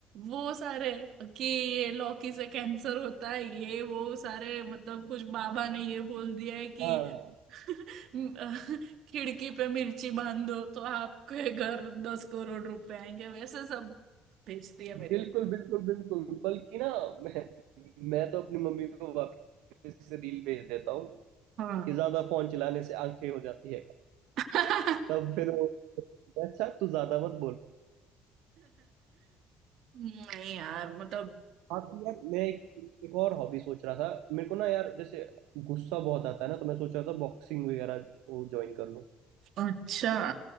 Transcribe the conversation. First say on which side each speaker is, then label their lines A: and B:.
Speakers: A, on the right; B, on the right.
A: वो सारे कि ये लौकी से कैंसर होता है ये वो सारे मतलब कुछ बाबा ने ये बोल दिया है कि
B: हाँ
A: <laughs> खिड़की पे मिर्ची बांध दो तो आपके घर दस करोड़ रुपए आएंगे वैसे सब भेजती है मेरी
B: बिल्कुल
A: मम्मी
B: बिल्कुल बिल्कुल बल्कि ना मैं मैं तो अपनी मम्मी को वापस से रील भेज देता हूँ
A: हाँ
B: कि ज्यादा फोन चलाने से आंखें हो जाती है
A: <laughs>
B: तब फिर वो अच्छा तू ज्यादा मत बोल
A: नहीं यार मतलब
B: हाँ तो यार मैं एक एक और हॉबी सोच रहा था मेरे को ना यार जैसे गुस्सा बहुत आता है ना तो मैं सोच रहा था बॉक्सिंग वगैरह वो ज्वाइन कर लूँ
A: अच्छा